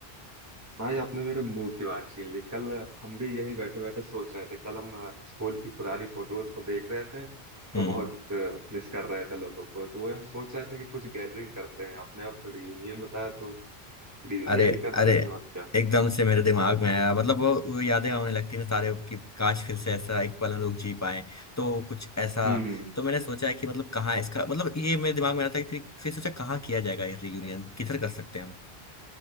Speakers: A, on the right; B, on the left.
A: भाई आपने मेरे मुंह की बात छीन ली कल हम भी यही बैठे बैठे सोच रहे थे कल हम अ, स्कूल की पुरानी फोटोज को देख रहे थे तो
B: हम्म
A: बहुत मिस कर रहे थे लोगों को तो वही हम सोच रहे थे कि कुछ गैदरिंग करते हैं आपने आप रियूनियन बताया तो रियूनियन
B: अरे
A: ही करते
B: अरे
A: हैं और क्या
B: एकदम से मेरे दिमाग में आया मतलब वो, वो यादें आने लगती हैं सारे कि काश फिर से ऐसा एक पल हम लोग जी पाए तो कुछ ऐसा
A: हम्म
B: तो मैंने सोचा है कि मतलब कहाँ इसका मतलब ये मेरे दिमाग में आया था कि फिर फिर सोचा कहाँ किया जाएगा ये रियूनियन किधर कर सकते हैं हम